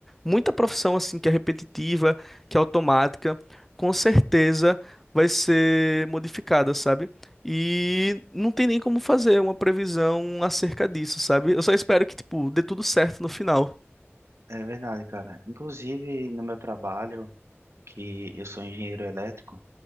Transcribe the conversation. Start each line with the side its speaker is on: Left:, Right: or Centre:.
Centre: muita profissão assim que é repetitiva, que é automática, com certeza vai ser modificada, sabe? E não tem nem como fazer uma previsão acerca disso, sabe? Eu só espero que, tipo, dê tudo certo no final.
Right: É verdade, cara. Inclusive no meu trabalho, que eu sou engenheiro elétrico,